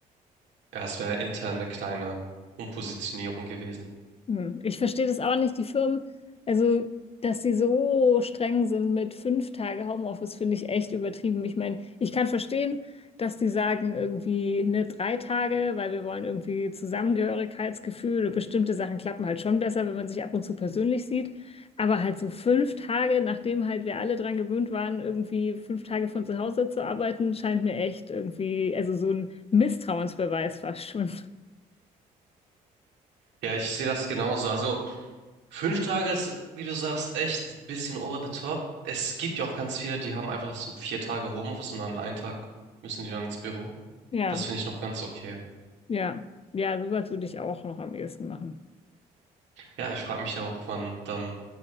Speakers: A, on the right; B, on the left.
A: Ja, es wäre intern eine kleine Umpositionierung gewesen.
B: Hm, Ich verstehe das auch nicht, die Firmen, also dass sie so streng sind mit fünf Tage Homeoffice, finde ich echt übertrieben. Ich meine, ich kann verstehen, dass die sagen irgendwie ne, drei Tage, weil wir wollen irgendwie Zusammengehörigkeitsgefühl und bestimmte Sachen klappen halt schon besser, wenn man sich ab und zu persönlich sieht. Aber halt so fünf Tage, nachdem halt wir alle dran gewöhnt waren, irgendwie fünf Tage von zu Hause zu arbeiten, scheint mir echt irgendwie, also so ein Misstrauensbeweis fast schon.
A: Ja, ich sehe das genauso. Also fünf Tage ist, wie du sagst, echt ein bisschen over the top. Es gibt ja auch ganz viele, die haben einfach so vier Tage Homeoffice und an einem Tag müssen die dann ins Büro.
B: Ja.
A: Das finde ich noch ganz okay.
B: Ja, ja, sowas würde ich auch noch am ehesten machen.
A: Ja, ich frage mich ja auch, wann dann